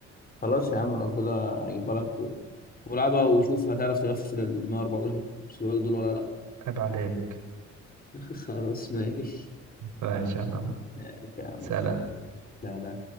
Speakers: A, on the left; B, on the right.
A: خلاص يا عم لو كده اجيبها لك و... ولعبها وشوف هتعرف تقفل ال 114 سباق دول ولا لا
B: عيب عليك
A: <laughs> خلاص ماشي
B: ماشي يا عم
A: ماشي يا عم
B: سلام
A: يلا. لا لا